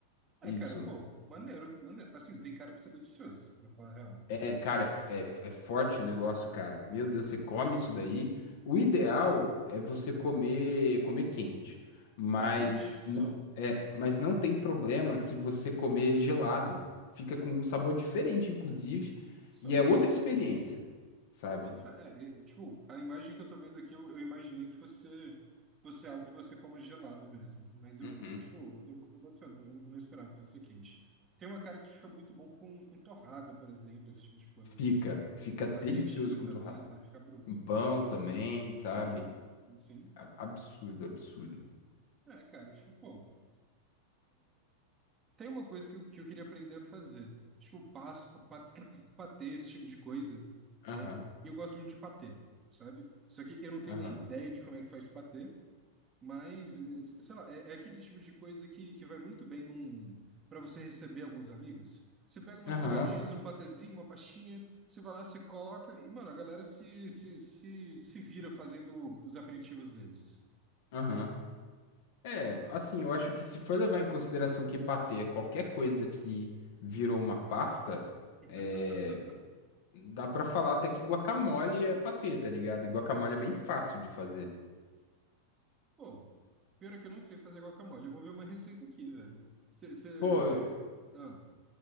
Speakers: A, on the right (about 25°); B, on the left (about 50°).
A: É,
B: Isso.
A: cara, pô, maneiro, maneiro. Assim, tem cara que isso é delicioso, pra falar a real.
B: É, cara, é, f- é, f- é forte o negócio, cara. Meu Deus, você come isso daí. O ideal é você comer comer quente, mas
A: A quente, só.
B: n- é, mas não tem problema se você comer gelado. Fica com um sabor diferente, inclusive,
A: Só.
B: e é outra experiência, sabe?
A: Eu boto fé. É, e, tipo, a imagem que eu tô vendo aqui, eu, eu imaginei que fosse, fosse algo que você coma gelado mesmo. Mas eu,
B: Uhum.
A: tipo, eu, eu boto fé, eu, eu não esperava que fosse quente. Tem uma cara que fica muito bom com, com torrada, por exemplo, esse tipo de coisa.
B: Fica, fica delicioso
A: Um azeitinho
B: com
A: também,
B: torrada.
A: deve ficar bruto.
B: Com pão também, sabe?
A: Uhum, sim.
B: A- Absurdo, absurdo.
A: É, cara, tipo, pô. Tem uma coisa que eu, que eu queria aprender a fazer. Tipo, pasta, pat- <coughs> <clears throat> patê, esse tipo de coisa. É,
B: Aham,
A: eu gosto muito de patê, sabe? Só que eu não tenho
B: aham,
A: nem ideia de como é que faz patê. Mas, eh, sei lá, é, é aquele tipo de coisa que, que vai muito bem num, para você receber alguns amigos. Você pega umas
B: aham,
A: torradinhas, um patezinho, uma pastinha, você vai lá, você coloca e, mano, a galera se, se, se, se vira fazendo os aperitivos deles.
B: aham. É, assim, eu acho que se for levar em consideração que patê é qualquer coisa que virou uma pasta,
A: <laughs>
B: é, dá pra falar até que guacamole é patê, tá ligado? E guacamole é bem fácil de fazer.
A: Pô, pior é que eu não sei fazer guacamole. Eu vou ver uma receita aqui, velho. Você.
B: Pô, eu,
A: Ah,